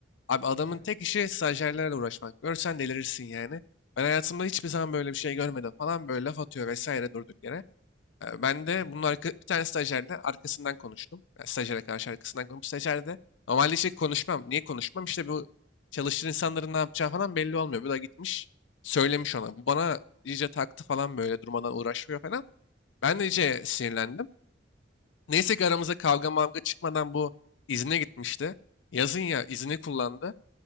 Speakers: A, on the left; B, on the right.
A: Abi adamın
B: Hı hı.
A: tek işi stajyerlerle uğraşmak. Görsen delirirsin yani. Ben hayatımda hiçbir zaman böyle bir şey görmedim falan böyle laf atıyor vesaire durduk yere. Ee, Ben de
B: Hı hı,
A: bunun arka, bir tane stajyerle arkasından konuştum. Yani stajyere karşı arkasından konuştum. Stajyer de normalde işte konuşmam. Niye konuşmam? İşte bu çalıştığın insanların ne yapacağı falan belli olmuyor. Bu da gitmiş söylemiş ona. Bu bana iyice taktı falan böyle durmadan uğraşmıyor falan. Ben de iyice sinirlendim. Neyse ki aramıza kavga mavga çıkmadan bu izne gitmişti. Yazın ya izni kullandı.